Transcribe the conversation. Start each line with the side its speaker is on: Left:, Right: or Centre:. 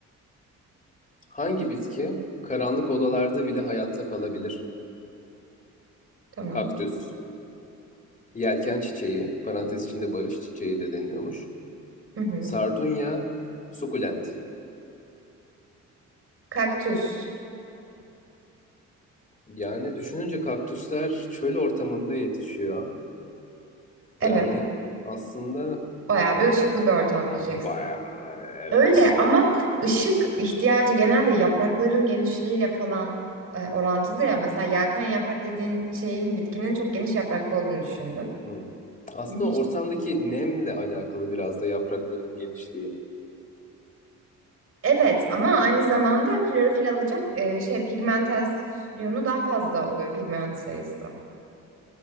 Left: Hangi bitki karanlık odalarda bile hayatta kalabilir?
Right: tamam.
Left: Kaktüs, yelken çiçeği, parantez içinde barış çiçeği de deniyormuş.
Right: Hı hı.
Left: Sardunya, sukulent.
Right: Kaktüs.
Left: Yani düşününce kaktüsler çöl ortamında yetişiyor.
Right: Evet.
Left: Yani aslında
Right: Bayağı bir ışıklı bir ortam diyeceksin.
Left: bayağı evet.
Right: Öyle ama ışık ihtiyacı genelde yaprakların genişliğiyle falan e, orantılı ya. Mesela yelken yaprak dediğin şeyin bitkinin çok geniş yapraklı olduğunu düşündüm.
Left: Hmm. Aslında
Right: Geniş.
Left: ortamdaki nemle alakalı biraz da yapraklarının genişliği.
Right: Evet ama aynı zamanda klorofil alacak e, şey pigmentasyonu daha fazla oluyor pigment sayısı.